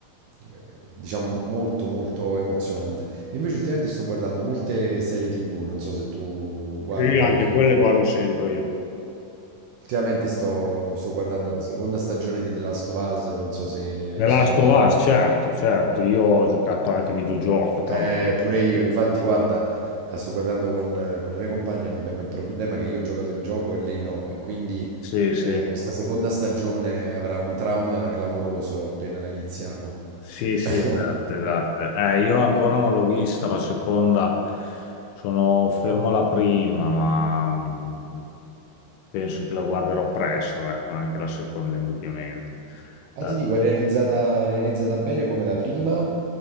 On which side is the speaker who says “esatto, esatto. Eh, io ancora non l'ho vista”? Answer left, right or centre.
Left